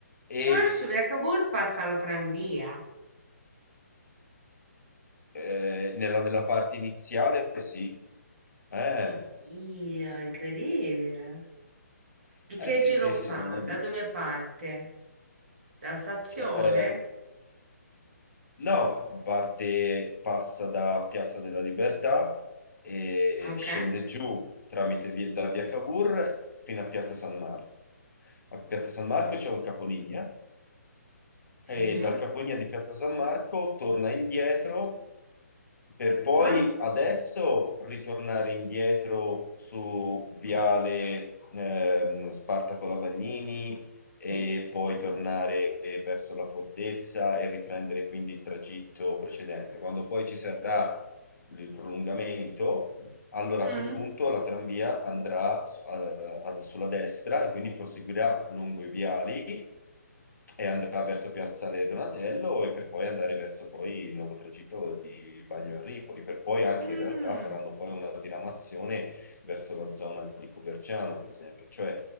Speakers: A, on the left (about 75°); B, on the right (about 40°).
A: e
B: Cioè, adesso via Cavour passa la tranvia.
A: Eh, nella, nella parte iniziale sì, eh,
B: Oddio, è incredibile. E
A: eh,
B: che
A: sì,
B: giro
A: sì,
B: fa?
A: se non l'hai
B: Da
A: visto.
B: dove parte? Dalla stazione?
A: Cioè, eh, no, parte, passa da Piazza della Libertà e
B: Ok.
A: scende giù tramite via, da via Cavour fino a Piazza San Marco. A Piazza San Marco c'è un capolinea
B: Mhm.
A: e da Capolinea di Piazza San Marco torna indietro per poi
B: Ah,
A: adesso ritornare indietro su Viale ehm, Spartaco Lavagnini
B: sì.
A: e poi tornare verso la fortezza e riprendere quindi il tragitto precedente. Quando poi ci sarà il prolungamento, allora
B: Mm.
A: a quel punto la tranvia andrà su- a- a- sulla destra e quindi proseguirà lungo i viali e andrà verso Piazzale Donatello e per poi andare verso poi il nuovo tragitto di Bagno a Ripoli, per poi anche
B: Mm.
A: in realtà faranno poi una diramazione verso la zona di Coverciano, per esempio, cioè